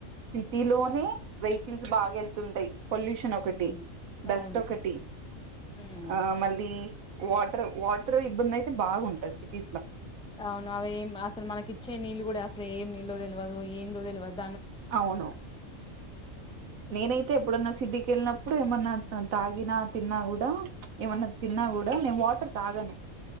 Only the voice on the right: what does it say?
సిట్టీ లోనే వెయికిల్స్ బాగా వెళ్తుంటాయి్ పొల్యూషన్ ఒకటి
డస్ట్
ఒకటి
ఆ మళ్లి వాటర్ వాటర్ ఇబ్బంది అయితే బాగుంటది సిటీస్ ల
అవును నేనైతే ఎప్పుడన్నా సిటీ కెళ్ళినప్పుడు ఏమన్నా తాగిన తిన్నా కూడా ఏమన్నా తిన్నా కూడా నేను వాటర్ తాగను